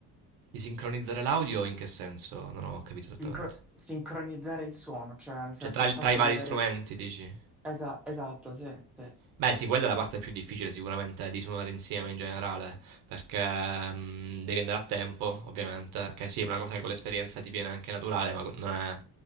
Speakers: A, on the right (about 80°); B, in the centre.
A: Di sincronizzare l'audio in che senso? Non ho capito esattamente.
B: Sincro- sincronizzare il suono, cioè nel
A: Cioè,
B: senso
A: tra,
B: il fatto
A: tra i vari
B: di avere...
A: strumenti, dici?
B: Esa- esatto, sì, sì.
A: Beh, sì, quella è la parte più difficile sicuramente di suonare insieme in generale, perché mm, devi andare a tempo, ovviamente, che sì, è una cosa che con l'esperienza ti viene anche naturale, ma non è...